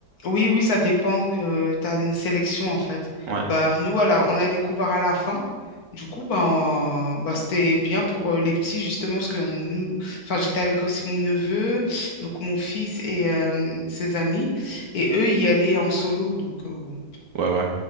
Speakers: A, on the left; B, on the right.
A: Oui, oui, ça dépend. Euh, tu as une sélection en fait.
B: Ouais.
A: Bah, nous, voilà, on a découvert à la fin. Du coup, ben, euh, bah, c'était bien pour euh, les petits, justement, parce que nous, enfin, j'étais avec aussi mon neveu, donc mon fils et euh, ses amis. Et eux, y allaient en solo. Donc, euh, bon.
B: Ouais, ouais.